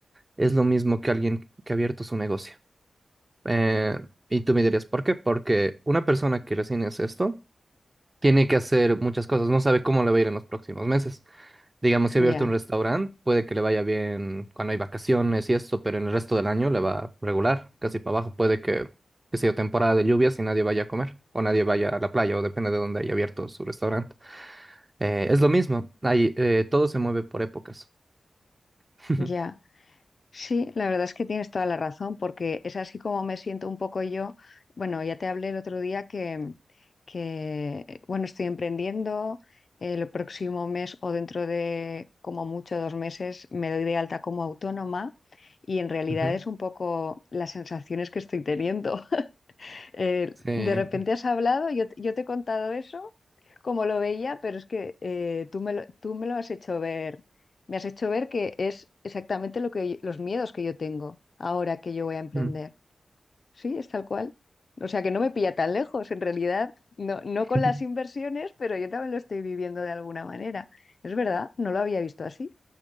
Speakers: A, on the right; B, on the left.
A: es lo mismo que alguien que ha abierto su negocio. Eh, y tú me dirías, ¿por qué? Porque una persona que recién hace esto tiene que hacer muchas cosas, no sabe cómo le va a ir en los próximos meses. Digamos, si
B: Ya,
A: ha abierto un restaurante, puede que le vaya bien cuando hay vacaciones y esto, pero en el resto del año le va regular, casi para abajo. Puede que, que sea temporada de lluvias y nadie vaya a comer, o nadie vaya a la playa, o depende de dónde haya abierto su restaurante. Eh, es lo mismo, hay, eh, todo se mueve por épocas. <laughs>
B: ya. Sí, la verdad es que tienes toda la razón, porque es así como me siento un poco yo. Bueno, ya te hablé el otro día que, que eh, bueno, estoy emprendiendo. El próximo mes o dentro de como mucho dos meses me doy de alta como autónoma y en realidad
A: Ujú,
B: es un poco las sensaciones que estoy teniendo. Eh,
A: Sí.
B: de repente has hablado, yo, yo te he contado eso, como lo veía, pero es que eh, tú me lo, tú me lo has hecho ver, me has hecho ver que es exactamente lo que, los miedos que yo tengo ahora que yo voy a emprender.
A: Mm.
B: Sí, es tal cual. O sea que no me pilla tan lejos, en realidad, no, no
A: <laughs>
B: con las inversiones, pero yo también lo estoy viviendo de alguna manera. Es verdad, no lo había visto así.